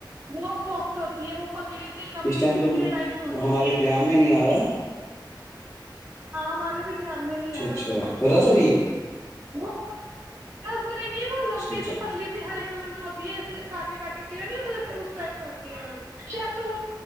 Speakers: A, on the right (about 25°); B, on the left (about 30°).
A: بہت سافٹ ہوتی ہے وہ پتلی سی لمبی
B: اس ٹائم
A: سی
B: تو
A: کیڑے ٹائپ میں ہوتی
B: ہمارے دھیان میں نہیں آ رہا
A: ہاں ہمارے بھی ہمم نہیں
B: اچھا
A: یارا
B: اچھا
A: وہ
B: رسری
A: وہ بہت ری وہ لمبی
B: اچھا
A: سی
B: اچھا
A: پتلی سی ہر کلر میں ہوتی ہے ایے کاانٹے کاانٹے کیڑے نہیں ہوتے ایسے اس ٹائپ میں ہوتی ہے وہ شہتوت